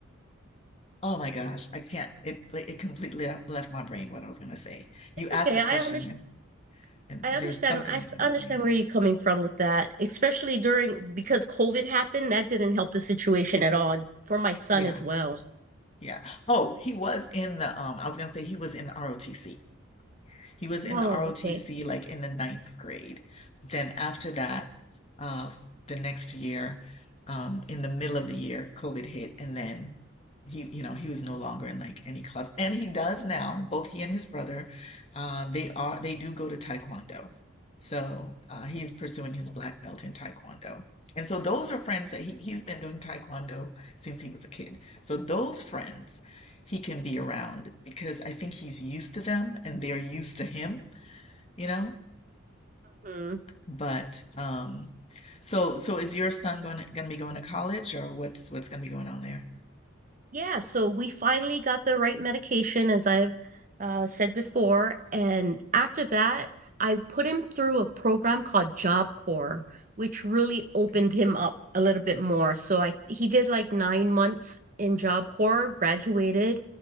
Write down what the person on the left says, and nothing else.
oh my gosh, I can't it like, it completely le- left my brain what I was gonna say. You
asked
a
question
and and
there was something
I was
gonna
say.
Yeah,
yeah. Oh, he was in the um I was gonna say he was in the ROTC. He was in
the ROTC
like in the ninth grade. Then after that, uh, the next year, um, in the middle of the year, COVID hit, and then he, you know, he was no longer in like any clubs. And he does now. Both he and his brother, uh, they are they do go to Taekwondo. So uh, he's pursuing his black belt in Taekwondo. And so those are friends that he, he's been doing Taekwondo since he was a kid. So those friends he can be around because I think he's used to them and they're used to him, you know?
But um so so is your son going to, going to be going to college or what's what's going to be going on there?
Okay.